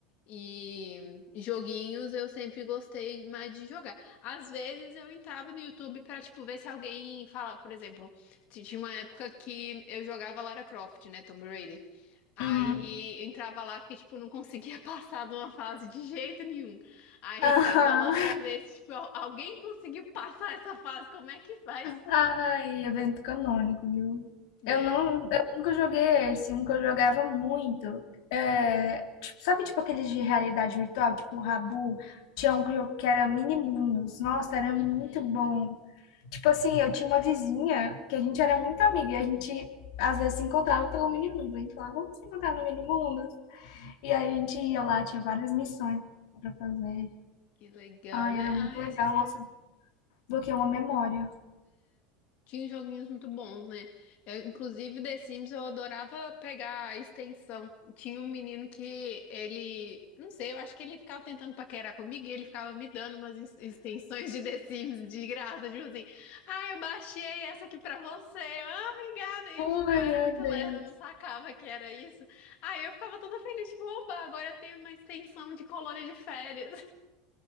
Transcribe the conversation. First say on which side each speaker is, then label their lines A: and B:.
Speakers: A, on the left (about 45°); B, on the left (about 65°).
A: E joguinhos eu sempre gostei mais de jogar. Às vezes eu entrava no YouTube pra, tipo, ver se alguém falava, por exemplo, t- tinha uma época que eu jogava Lara Croft, né, Tomb Raider. Aí
B: Uhum.
A: eu entrava lá porque, tipo, não conseguia <laughs> passar de uma fase de jeito nenhum. Aí
B: Aham.
A: entrava lá pra ver se, tipo, al- alguém conseguiu passar essa fase, como é que faz?
B: Ai, evento canônico, viu?
A: É.
B: Eu não, eu nunca joguei esse, um que eu jogava muito. É, tipo, sabe, tipo aqueles de realidade virtual, tipo o Rabu, tinha um que eu- que era Minimundos. Nossa, era muito
A: Uhum.
B: bom. Tipo assim, eu tinha uma vizinha que a gente era muito amiga e a gente às vezes se encontrava pelo mini-mundo. A gente falava, vamos se encontrar no mini-mundo. E aí a gente ia lá, tinha várias missões pra fazer.
A: Que legal,
B: Ai,
A: né?
B: era
A: Ah,
B: muito
A: essas
B: legal.
A: coisas.
B: Nossa, bloqueei uma memória.
A: Tinha joguinhos muito bons, né? Eu, inclusive, The Sims eu adorava pegar a extensão. Tinha um menino que ele, não sei, eu acho que ele ficava tentando paquerar comigo e ele ficava me dando umas ex- extensões de The Sims de graça, tipo assim, ah, eu baixei essa aqui pra você. Eu, ah, obrigada. E,
B: Ai,
A: tipo, eu era
B: meu
A: muito
B: Deus.
A: lerda, eu não sacava que era isso. Aí eu ficava toda feliz, tipo, oba, agora eu tenho uma extensão de colônia de férias.